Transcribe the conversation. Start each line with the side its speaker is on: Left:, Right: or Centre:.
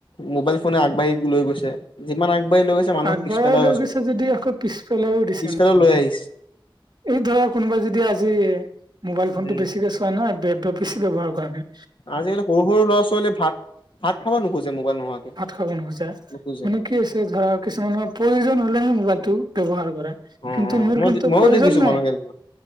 Left: মোবাইল ফোনে আগবাঢ়ি লৈ গৈছে। যিমান আগবাঢ়ি লৈ গৈছে মানুহক
Right: আগবঢ়াই
Left: পিছ পেলাই
Right: লৈ
Left: গৈছে বহু
Right: যদি আকৌ পিছফালেও দিছে
Left: পিছ পেলাই লৈ
Right: মানুহ
Left: আহিছে।
Right: এই ধৰা কোনোবাই যদি আজি মোবাইল ফোন
Left: উম
Right: টো বেছিকে চোৱা নাই বেছি ব্যৱহাৰৰ কৰাকে
Left: আজিকালি সৰু সৰু ল'ৰা ছোৱালীয়ে ভাত ভাত খাব নোখোজে মোবাইল নোহোৱাকে।
Right: ভাত খাব নোখোজা
Left: নোখোজে
Right: মানে কি আছে ধৰা কিছুমানৰ প্ৰয়োজন হলেহে মোবাইলটো ব্যৱহাৰ কৰে।
Left: অ
Right: কিন্তু
Left: অ
Right: মোৰ
Left: মই
Right: কিন্তু
Left: ময়ো
Right: প্ৰয়োজন
Left: দেখিছো
Right: নাই।
Left: মানুহ কেইজনমান